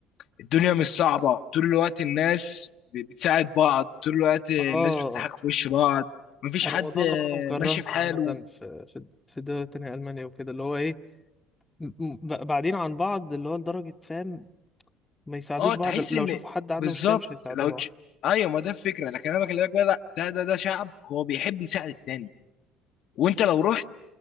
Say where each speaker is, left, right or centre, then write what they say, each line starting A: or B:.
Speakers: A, on the left; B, on the left.
A: الدنيا مش صعبه طول الوقت الناس بتساعد بعض طول الوقت الناس
B: اه
A: بتضحك في وش بعض مفيش
B: انا
A: حد
B: الموضوع
A: آه،
B: ده برضه مكرهني
A: ماشي في حاله
B: عامة في في في دول تانية ألمانيا وكده اللي هو ايه م- م- ب- بعدين عن بعض اللي هو لدرجة فاهم ما يساعدوش
A: اه
B: بعض
A: تحس
B: لو
A: ان
B: شافوا حد عنده
A: بالظبط
B: مشكلة مش هيساعدوه
A: لو
B: بعض
A: تش... ايوه ما ده الفكره لكن انا بكلمك بقى لا ده ده ده شعب هو بيحب يساعد التاني وانت لو رحت